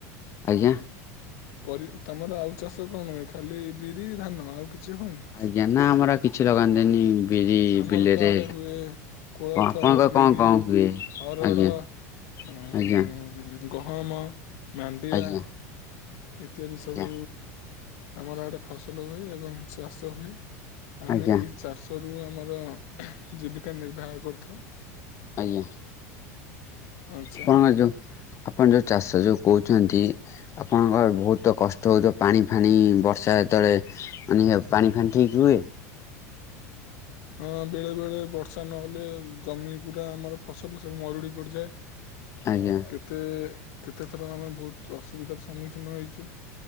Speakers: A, on the left (about 35°); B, on the left (about 65°).
A: ଆଜ୍ଞା
B: ପରି ତମର ଆଉ ଚାଷ କଣ ହୁଏ ଖାଲି ବିରି ଧାନ ଆଉ କିଛି ହୁଏନି?
A: ଜ୍ଞା ନା ଆମର ଆଉ କିଛି ଲଗାନ୍ତିନି। ବିରି
B: ଆମର
A: ବିଲରେ
B: ତ ଆଡେ ହୁଏ କୋଳଥ
A: କଣ ଆପଣଙ୍କର
B: ବିରି
A: କଣ କଣ ହୁଏ?
B: ହରଡ଼
A: ଆଜ୍ଞା
B: ଆଁ
A: ଆଜ୍ଞା
B: ଗହମ ମାଣ୍ଡିଆ
A: ଆଜ୍ଞା
B: ଇତ୍ୟାଦି ସବୁ
A: ଆଜ୍ଞା
B: ଆମର ଆଡେ ଫସଲ ହୁଏ ଏବଂ ଚାଷ ହୁଏ। ଆମେ
A: ଆଜ୍ଞା
B: ଏଇ ଚାଷ ରୁ ଆମର ଜୀବିକା ନିର୍ବାହ କରିଥାଉ।
A: ଆଜ୍ଞା
B: ଆଚ୍ଛା
A: କଣ ଆଇଟମ୍? ଆପଣ ଯୋଉ ଚାଷ ଯୋଉ କହୁଚନ୍ତି ଆପଣଙ୍କ ବହୁତ କଷ୍ଟ ହଉଥିବ ପାଣି ଫାଣି ବର୍ଷା ଯେତେବେଳେ ମାନେ ପାଣି ଫଣି ଠିକ ହୁଏ?
B: ହଁ ବେଳେ ବେଳେ ବର୍ଷା ନହେଲେ ଜମି ଗୁରା ଆମର ଫସଲ ସବୁ ମରୁଡ଼ି ପଡିଯାଏ।
A: ଆଜ୍ଞା।
B: କେତେ କେତେଥର ଆମେ ବହୁତ ଅସୁବିଧାର ସମ୍ମୁଖୀନ ହେଇଚୁ।